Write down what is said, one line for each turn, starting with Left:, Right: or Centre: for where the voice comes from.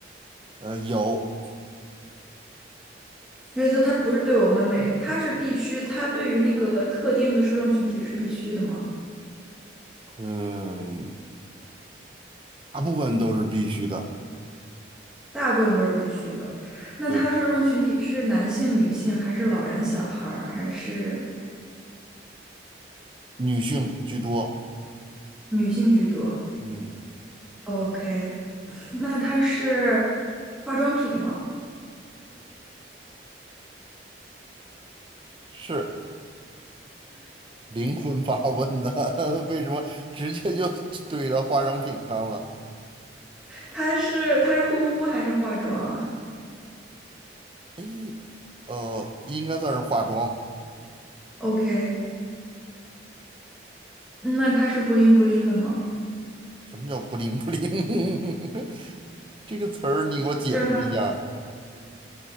Right: 呃，有，
Centre: 所以说它不是对我们每，它是必须，它对于那个特定的受众群体是必须的吗？
Right: 嗯，大部分都是必须的，
Centre: 大部分都是必须的。那它受众群体是男性、
Right: 对，
Centre: 女性，还是老人、小孩儿，还是
Right: 女性居多。
Centre: 女性居多
Right: 嗯，
Centre: ？OK，那它是化妆品吗？
Right: 是灵魂发问呢，<laughs> 为什么直接就怼到化妆品上了？
Centre: 它是它是护肤还是化妆
Right: 诶，呃，应该算是化妆。
Centre: ？OK，那它是布灵布灵的吗？
Right: 什么叫不灵不灵？<laughs> 这个词儿你给我解释一下。
Centre: 就是它